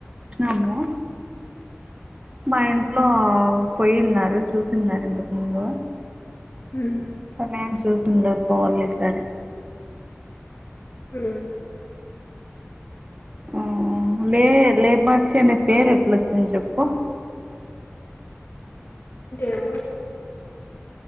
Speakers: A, on the right; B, on the left.
A: అమ్మో మా ఇంట్లో మ్మ్ పోయిన్నారు చూసిన్నారు ఇంతకు ముందు
B: మ్మ్
A: మేం చూసిండలేదు పోవల్ల ఈ సారి
B: మ్మ్
A: మ్మ్ లే లేపాక్షి అనే పేరు ఎట్లొచ్చింది చెప్పు
B: డేమో